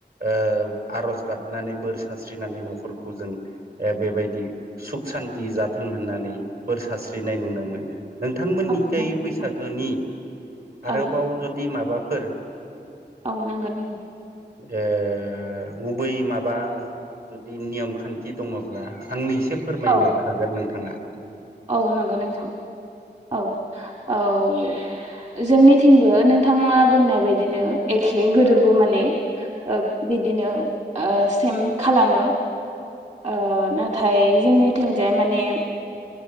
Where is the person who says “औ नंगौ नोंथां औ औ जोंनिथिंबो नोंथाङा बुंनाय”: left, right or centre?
Right